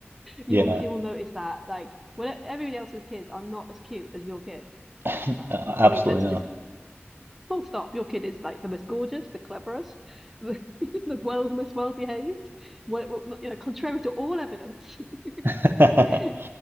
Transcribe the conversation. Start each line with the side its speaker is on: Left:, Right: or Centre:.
Centre: You'll
Right: Yeah.
Centre: you'll notice that like when e, everybody else's kids are not as cute as your kid
Right: <laughs>
Centre: ever.
Right: Absolutely
Centre: I mean, let's
Right: not.
Centre: just full stop. Your kid is like the most gorgeous, the cleverest, the, <laughs> the well the most well behaved. Well, well, not- you know, contrary to all evidence,
Right: <laughs>
Centre: <laughs> he,